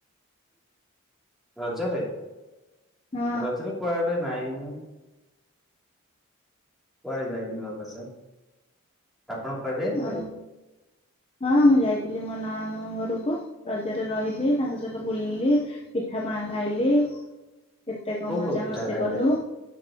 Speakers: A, in the centre; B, on the left.
A: ରଜରେ
B: ହଁ
A: ରଜରେ କୁଆଡେ ନାଇଁ କୁଆଡ଼େ ଯାଇନି ବାସ, ଆପଣ କୁଆଡ଼େ ଯାଇଥିଲେ?
B: ଆଉ ହଁ ମୁଁ ଯାଇଥିଲି ମୋ ନଣନ୍ଦଙ୍କ ଘରକୁ ରଜରେ ରହିଲି ତାଙ୍କ ସହିତ ବୁଲିଲି। ପିଠା ପଣା ଖାଇଲି କେତେ କଣ
A: କୋଉ
B: ମଜା
A: କୋଉ ପିଠା
B: ମସ୍ତି
A: ଖାଇଲେ
B: କଲୁ।